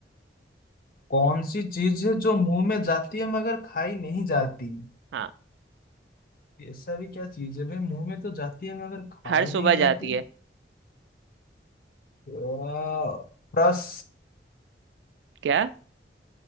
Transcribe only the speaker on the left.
कौन सी चीज है जो मुंह में जाती है मगर खाई नहीं जाती
ऐसा भी क्या चीज है भाई मुंह में तो जाती है मगर खाई
नहीं
जाती
आ, रस